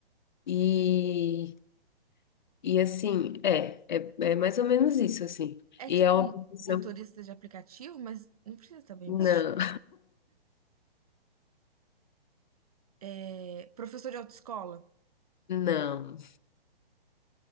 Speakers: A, on the left; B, on the right.
A: E, e assim, é, é, é mais ou menos isso, assim.
B: É
A: E
B: tipo
A: é uma profissão.
B: motorista de aplicativo, mas não precisa estar bem
A: Não,
B: vestido. É, professor de autoescola.
A: <laughs> não.